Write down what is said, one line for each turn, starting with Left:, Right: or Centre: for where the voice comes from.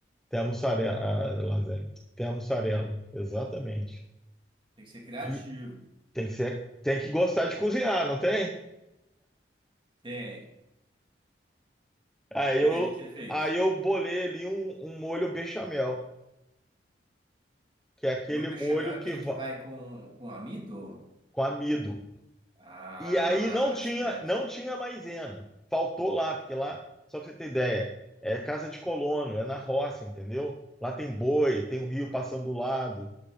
Centre: Tem a mussarela, a lasanha. Tem a mussarela, exatamente.
Right: Tem que ser criativo.
Centre: E tem que ser, tem que gostar de cozinhar, não tem?
Right: Tem.
Centre: Aí
Right: E
Centre: eu,
Right: aí, o que que você fez?
Centre: aí eu bolei ali um, um molho bechamel, que é aquele
Right: Molho
Centre: molho
Right: bechamel é aquele
Centre: que va-
Right: que vai com, com amido?
Centre: com amido.
Right: Ah,
Centre: E aí não tinha,
Right: esperto.
Centre: não tinha maisena. Faltou lá, porque lá, só pra você ter ideia, é casa de colono, é na roça, entendeu? Lá tem boi, tem um rio passando do lado,